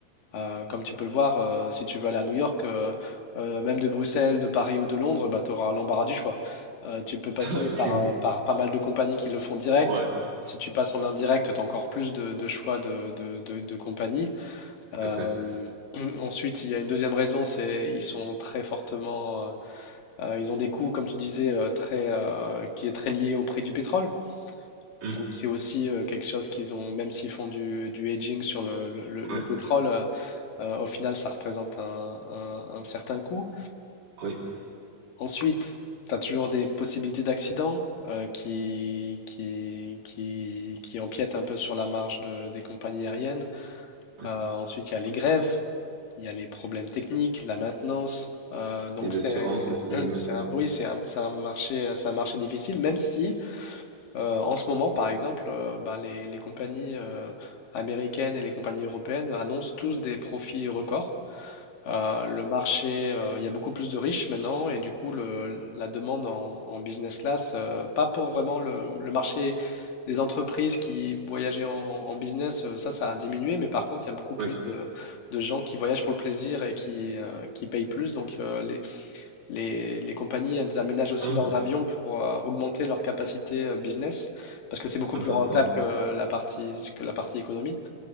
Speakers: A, on the left; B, on the right.
A: Euh, comme tu peux le voir, euh, si tu veux aller à New York, euh, euh, même de Bruxelles, de Paris ou de Londres, bah, tu auras l'embarras du choix. Euh, tu peux passer
B: ouais. <laughs>
A: par,
B: C'est-
A: euh, par pas mal de compagnies qui le font direct.
B: Ouais,
A: Si tu passes en indirect, tu as encore plus de, de choix de, de, de, de compagnies. Euh,
B: tout à fait.
A: <clears throat> ensuite, il y a une deuxième raison, c'est ils sont très fortement, euh, euh, ils ont des coûts, comme tu disais, euh, très, euh, qui est très lié au prix du pétrole.
B: Mm,
A: Donc c'est aussi euh, quelque chose qu'ils ont, même s'ils font du, du hedging sur le, le- le- le
B: ouais,
A: pétrole, euh, euh, au final, ça représente un, un- un certain coût.
B: oui.
A: Ensuite, tu as toujours des possibilités d'accidents euh, qui, qui, qui, qui empiètent un peu sur la marge de- des compagnies aériennes.
B: ouais.
A: Euh, ensuite, il y a les grèves. Il y a les problèmes techniques, la maintenance. euh, donc
B: Les
A: c'est,
B: assurances aussi,
A: <clears throat>
B: j'imagine.
A: c'est un, oui, c'est un, c'est un marché, c'est un marché difficile, même si euh, en ce moment, par exemple, euh, bah, les, les compagnies euh, américaines et les compagnies européennes annoncent tous des profits records. Euh, le marché, euh, il y a beaucoup plus de riches maintenant et du coup, le- la demande en, en business class, euh, pas pour vraiment le, le marché des entreprises qui voyageaient en, en- en business, euh, ça, ça a diminué, mais par contre, il y a beaucoup plus
B: ouais. Oui.
A: de, de gens qui voyagent pour le plaisir et qui, euh, qui payent plus. Donc, euh, les, les- les compagnies, elles aménagent aussi
B: Ah,
A: leurs avions pour euh, augmenter leur capacité euh, business parce que c'est beaucoup
B: intéressant.
A: plus rentable que la partie, que la partie économie.